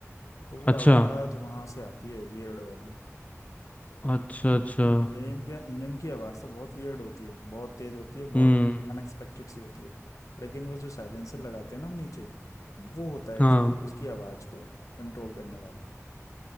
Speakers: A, on the left (about 90°); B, on the left (about 25°).
A: तो वो
B: अच्छा
A: आवाज वहां से आती है वियर्ड वाली
B: अच्छा अच्छा
A: मेन क्या इंजन की आवाज तो बहुत वियर्ड होती है बहुत तेज होती है बहुत
B: हम्म
A: अनएक्सपेक्टेड सी होती है लेकिन वो जो साइलेंसर लगाते हैं ना हम नीचे वो होता है
B: हाँ
A: एक्चुअली उसकी आवाज को कंट्रोल करने वाला